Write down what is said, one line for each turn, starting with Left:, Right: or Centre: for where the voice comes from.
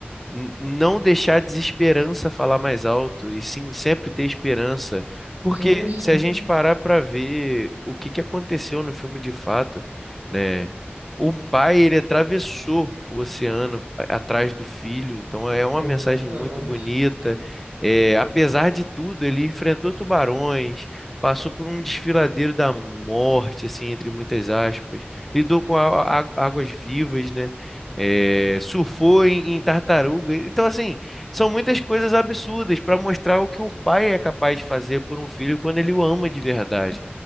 Centre: N- não deixar a desesperança falar mais alto, e sim sempre ter esperança. Porque
Right: Sim, sim,
Centre: se a gente parar para ver o que que aconteceu no filme de fato, né? O pai, ele atravessou o oceano a- atrás do filho, então é uma
Right: exatamente.
Centre: mensagem muito bonita. É, apesar de tudo, ele enfrentou tubarões, passou por um desfiladeiro da morte, assim, entre muitas aspas, lidou com a- a- águas vivas, né? é, surfou em, em tartaruga. Então, assim, são muitas coisas absurdas para mostrar o que o pai é capaz de fazer por um filho quando ele o ama de verdade.